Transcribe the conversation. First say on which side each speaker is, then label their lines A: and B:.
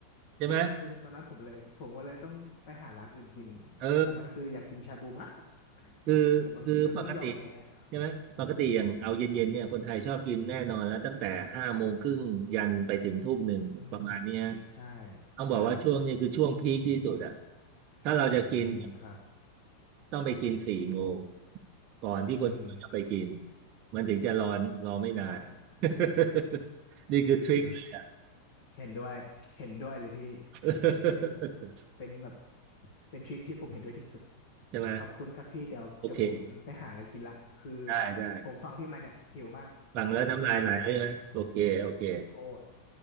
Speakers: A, on the right; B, on the left.
A: ใช่ไหม
B: จนตอนนั้นผมเลยผมก็เลยต้องไปหาร้านอื่นกิน
A: เออ
B: ตอนนั้นคืออยากกินชาบูมาก
A: คือคือปกติ
B: แต่บางทีก็ต้องยอมแพ้อะ
A: ใช่ไหมปกติอย่างเอาเย็นๆเนี่ยคนไทยชอบกินแน่นอนแล้วตั้งแต่ห้าโมงครึ่งยันไปถึงทุ่มหนึ่งประมาณเนี้ย
B: อืมใช่
A: ต้องบอกว่าช่วงนี้คือช่วงพีคที่สุดอะ
B: ใช่
A: ถ้าเราจะกิน
B: จริงครับ
A: ต้องไปกินสี่โมงก่อนที่คนอื่นจะไปกิน
B: อืม
A: มันถึงจะรอนรอไม่นาน
B: ใช่
A: <laughs> นี่คือทริคเลยอ่ะ
B: เออเห็นด้วย เห็นด้วยเลยพี่
A: <laughs>
B: เป็น เป็นแบบเป็นทริคที่ผมเห็นด้วยที่สุด
A: ใช่ไหม
B: ขอบคุณครับพี่ เดี๋ยวเดี๋ยวผมไปหาอะไรกินละคือ
A: โอเคได้ได้
B: ผมฟังพี่มาเนี่ยหิวมากเดี๋ยวต้องไปหาอะไรกินละฮะ
A: ฟังแล้วน้ำลายไหลแล้วใช่ไหมโอเคโอเค
B: โคตร